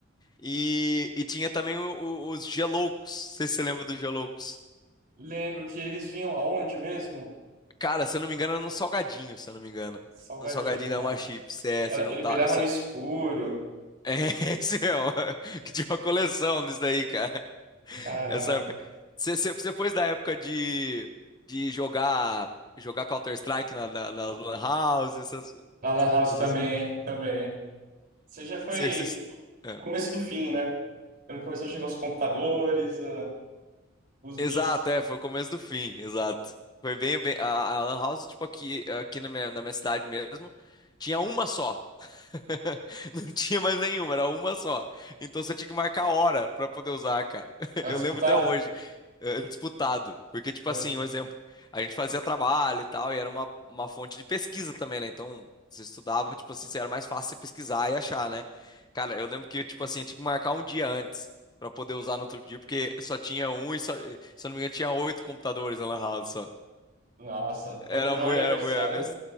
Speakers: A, on the left; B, on the right.
A: e, e tinha também o- o- os Geloucos. Não sei se você lembra dos Geloucos.
B: Lembro que eles vinham aonde mesmo?
A: Cara, se eu não me engano, era no Salgadinho, se eu não me engano.
B: Salgadinho,
A: No Salgadinho da
B: né?
A: uma Chips, é,
B: Era,
A: você juntava.
B: ele brilhava no escuro.
A: É <laughs> esse mesmo, <laughs> que tinha uma coleção disso daí, cara.
B: Caramba.
A: Essa época. Você você, você foi da época de, de jogar jogar Counter-Strike na, na, na lan House, essas,
B: A Lan House
A: essas,
B: também, também. Você já foi
A: cê- cês- é.
B: o começo do fim, né? Quando começou a chegar os computadores, ah, os
A: Exato,
B: vícios.
A: é, foi o começo do fim, exato. Foi bem, bem a, a Lan House, tipo, aqui, aqui na minha, na minha cidade mesmo, tinha uma só. <laughs> Não tinha mais nenhuma, era uma só. Então você tinha que marcar a hora pra poder usar, cara. <laughs>
B: Era
A: Eu
B: disputada?
A: lembro até hoje, eh, disputado. Porque, tipo
B: Foi.
A: assim, um exemplo, a gente fazia trabalho e tal, e era uma, uma fonte de pesquisa também, né? Então você estudava, tipo assim, era mais fácil você pesquisar e achar, né? Cara, eu lembro que, tipo assim, eu tinha que marcar um dia antes pra poder usar no outro dia, porque só tinha um e só, se eu não me engano, tinha oito computadores na Lan House só.
B: Nossa,
A: Era
B: comemorar
A: muito,
B: o aniversário
A: era muito. A minha,